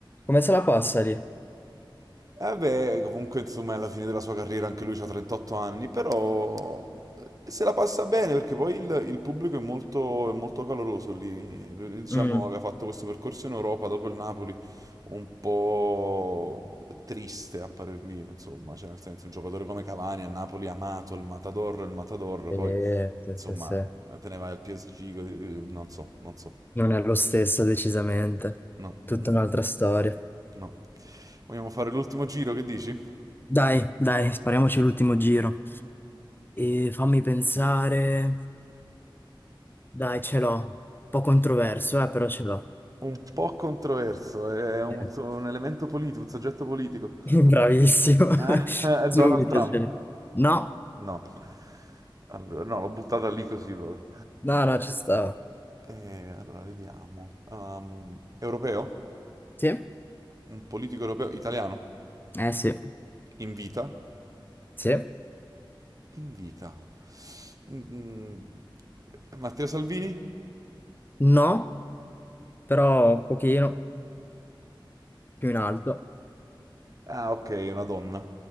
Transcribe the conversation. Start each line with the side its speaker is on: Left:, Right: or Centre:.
Left: Come se la passa lì?
Right: Eh beh, comunque insomma è alla fine della sua carriera anche lui ha 38 anni, però eh, se la passa bene perché poi il, il pubblico è molto, è molto caloroso lì. Lui, diciamo,
Left: Mm.
Right: aveva fatto questo percorso in Europa dopo il Napoli un po' triste a parer mio, insomma, cioè nel senso un giocatore come Cavani a Napoli amato, il Matador, il Matador,
Left: Eh,
Right: poi
Left: sì,
Right: insomma
Left: sì, sì.
Right: te ne vai al PSG, così, eh, non so, non so,
Left: Non è lo stesso, decisamente.
Right: no,
Left: Tutta
Right: no,
Left: un'altra storia.
Right: no. Vogliamo fare l'ultimo giro, che dici?
Left: Dai, dai, spariamoci l'ultimo giro. E fammi pensare. Dai, ce l'ho. Un po' controverso, eh, però ce l'ho.
Right: Un po' controverso, è un,
Left: Eh,
Right: un elemento politico, un soggetto politico.
Left: <laughs> Bravissimo. <laughs>
Right: Eh? È
Left: Subito.
Right: Donald Trump.
Left: cioè. No,
Right: No. Allora, no, l'ho buttata lì così proprio.
Left: no, no, ci sta.
Right: Eh, allora, vediamo. Ehm, europeo?
Left: Sì?
Right: Un politico europeo? Italiano?
Left: Eh sì.
Right: In vita?
Left: Sì.
Right: In vita. Mm, mm. Matteo Salvini?
Left: No, però un pochino più in alto.
Right: Ah, ok, è una donna.